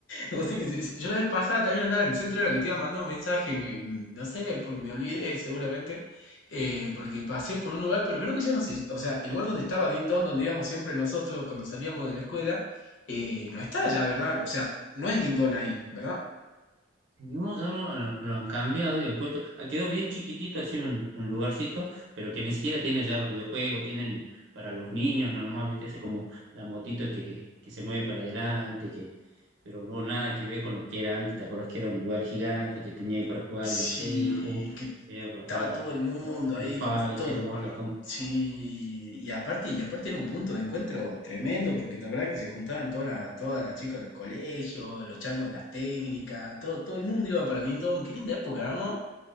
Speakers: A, on the left (about 70°); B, on the right (about 70°).
A: vos sabés que si- si, yo la vez pasada también andaba en el centro, de la que te iba mandando un mensaje, me- no sé, por- me olvidé seguramente, eh, porque pasé por un lugar, pero creo que ya no sé, o sea, el lugar donde estaba Dindon, donde íbamos siempre nosotros cuando salíamos de la escuela, eh, no está ya, ¿verdad? O sea, no es Dindon ahí, ¿verdad?
B: No, ya no, lo, lo han cambiado y han puesto, ah, quedó bien chiquitito así un, un lugarcito, pero que ni siquiera tiene ya los videojuegos, tienen para los niños, no nomás, viste, ese como la motito que, que se mueve para adelante, que, pero no nada que ver con lo que era antes, ¿te acuerdas que era un lugar gigante que tenía ahí para jugar
A: Sí,
B: el tejo,
A: que
B: tenía para
A: estaba
B: jugar
A: todo el mundo
B: el Street
A: ahí
B: Fighter,
A: con todo.
B: Mortal Kombat,
A: Sí, y aparte, y aparte era un punto de encuentro tremendo, porque te acuerdas que se juntaban todas las, todas las chicas de los colegios, los changos de las técnicas, todo, todo el mundo iba para Dindon, qué linda época, ¿no?